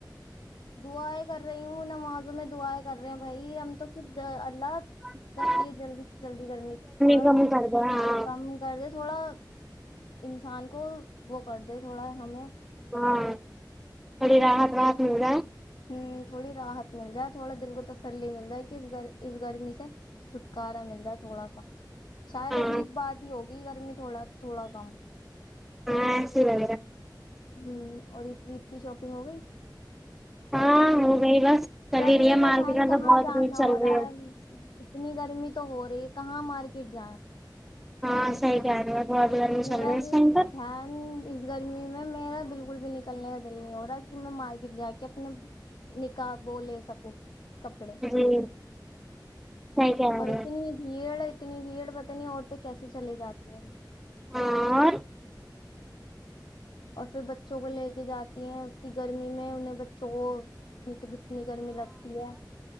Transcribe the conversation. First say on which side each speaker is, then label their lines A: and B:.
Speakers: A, on the left (about 80°); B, in the centre.
A: دعائیں کر رہی ہوں نمازوں میں دعائیں کر رہے ہیں بھائی ہم تو اللہ
B: ہوں،
A: بس یہ جلدی سے جلدی گرمی تھوڑا
B: کم کر دو ہاں
A: کم کر د تھوڑا انسان کو وہ کر د تھوڑا ہمیں
B: <unintelligible>
A: ہ تھوڑی راحت مل جائے تھوڑا دل کو تسلی مل جائے کہ اس اس گرمی سے چھٹکارا مل جائے ہے تھوڑا سا شاید
B: ہاں
A: اب عید بار ہی ہوگی گرمی تھوڑا تھوڑا کم
B: ہاں سیرا
A: ہاں اور عید کی شاپنگ ہوگئے
B: ہاں ہو گائی بس چل
A: گرمی
B: ہی رہی ہے
A: میں
B: مارکیٹ
A: بہن کہاں
B: تو بہت
A: جانا
B: بھیڑ چل
A: ہو
B: رہی
A: رہا ہے اتنی گرمی تو ہو رہی ہے کہاں مارکیٹ جائ
B: ہاں صحیح کہرہی ہو بہت گرمی چل
A: میرا
B: رہی ہے اس
A: بھی
B: ٹائم پر
A: بین گرمی میں میرا بالکل بھی نکلنے کا دل نہیں ہو رہا کہ میں مارکیٹ جا کے اپنے نکاح بولے سب کو کپڑے
B: جی صحیح کہہ
A: اور
B: رہے ہو
A: اتنی بھیڑ اتنی بھیڑ پت نہیں عورتیں کیسے چلے جاتی ہیں
B: اور
A: اور پھر بچوں کو لے کے جاتی ہیں اتنی گرمی میں انہیں بچوں کو انی تو اتنی گرمی لگتی ہے